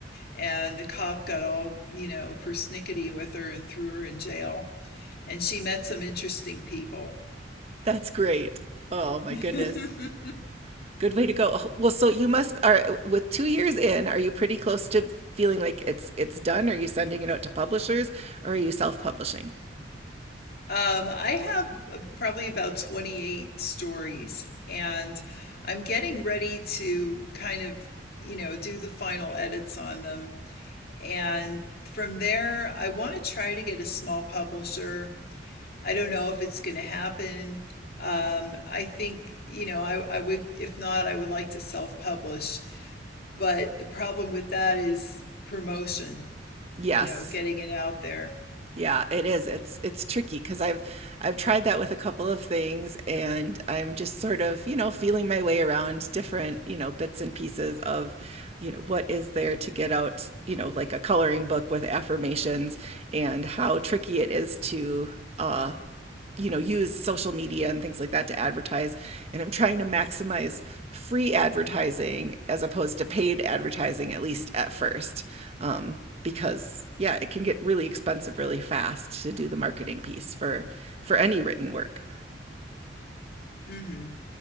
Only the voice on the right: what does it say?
that's great. Oh my
goodness,
good way to go. Oh, Well, so you must are with two years in. Are you pretty close to feeling like it's it's done? Are you sending it out to publishers or are you self publishing?
Yes.
Yeah, it is. It's it's its tricky because 'cause I've I've tried that with a couple of things and I'm just sort of, you know, feeling my way around different, you know, bits and pieces of, you know, what is there to get out, you know, like a coloring book with affirmations and how tricky it is to uh you know use social media and things like that to advertise and i'm trying to maximize free advertising as opposed to paid advertising at least at first um, because yeah it can get really expensive really fast to do the marketing piece for for any written work